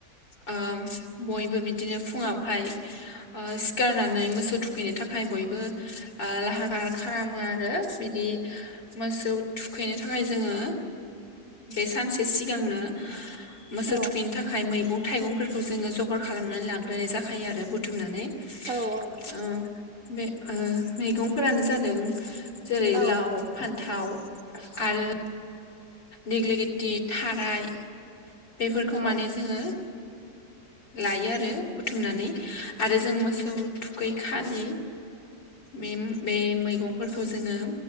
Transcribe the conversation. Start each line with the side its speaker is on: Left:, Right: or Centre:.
Left: ओ बयबो बिदिनो फुङावहाय ओ सिखारनानै मोसौ थुखैनो थाखाय बयबो ओ लाहार फाहार खालामो आरो बिदि मोसौ थुखैनो थाखाय जोङो बे सानसे सिगांनो मोसौ
Right: औ
Left: थुखैनो थाखाय मैगं थाइगंफोरखौ जोङो जगार खालामनानै लाग्रोनाय जाखायो आरो बुथुमनानै। उम
Right: औ औ नंगौ नोंथां
Left: बे ओ मैगंफोरानो जादों जेरै
Right: औ
Left: लाव, फान्थाव आरो देगलिगेटि, थाराइ, बेफोरखौ
Right: औ
Left: माने जोङो लायो आरो बुथुमनानै आरो जों मोसौ थुखैखालि बेम बे मैगंफोरखौ जोङो